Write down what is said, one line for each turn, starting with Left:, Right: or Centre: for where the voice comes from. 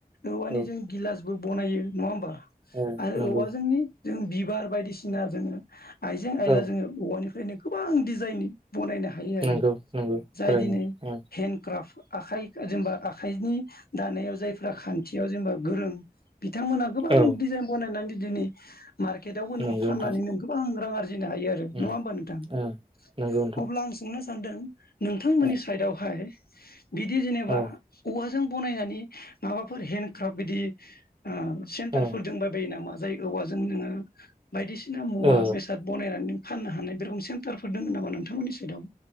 Left: औवानि
Right: औ
Left: जों गिलासबो बनायो नङा ओमबा
Right: औ नंगौ
Left: औवा जोंनि जों बिबार बायदिसिना जोङो आइजें आइला
Right: औ
Left: जोङो औवानिफ्रायनो गोबां दिडिजाइननि बनायनो हायो आरो
Right: नंगौ नंगौ
Left: जाय
Right: थारैनो
Left: दिनै
Right: औ
Left: हेन्दक्राफ्ट आखाइ जेनेबा आखाइनि दानायाव जायफ्रा खान्थियाव जेनेबा गोरों बिथांमोना गोबां
Right: औ
Left: दिडिजाइन थान दिदिनै मार्केटआवबो नोङो
Right: नंगौ
Left: फाननानै
Right: नोंथां
Left: नों गोबां रां आरजि जिनो हायो आरो
Right: उम
Left: नङा होनबा नोंथां
Right: ओ नंगौ नोंथां
Left: अब्ला आं सोंनो मा होनदों? नोंथांमोननि
Right: औ
Left: साइडआवहाय बिदि जेनेबा
Right: औ
Left: औवाजों बनायनानि माबाफोर हेन्दडक्राफ्ट बिदि ओ सेन्टारफोर
Right: औ
Left: दोंबा रो नामा जाय औवाजों जोङो बायदिसिना मुवा
Right: ओ
Left: बेसाद बनायनानै फाननो हानाय बे रखम सेन्टारफोर दङ नामा नोंथांमोननि साइडआव?